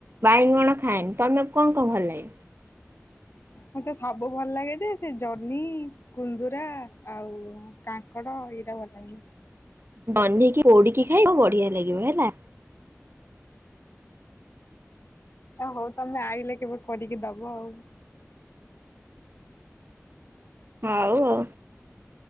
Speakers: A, on the right (about 45°); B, on the left (about 50°).
A: ବାଇଗଣ ଖାଏନି? ତମେ କଣ କଣ ଭଲ ଲାଗେ?
B: ମୋତେ ସବୁ ଭଲ ଲାଗେ ଯେ ସେ ଜହ୍ନି, କୁନ୍ଦୁରା ଆଉ କାଙ୍କଡ ଏଇରା ଭଲଲାଗେନି।
A: ବହ୍ନେଇକି ପୋଡିକି ଖାଇବା ବଢିଆ ଲାଗିବ ହେଲା।
B: ହଉ ତମେ ଆଇଲେ କେବେ କରିକି ଦବ ଆଉ।
A: ହଉ ହଉ।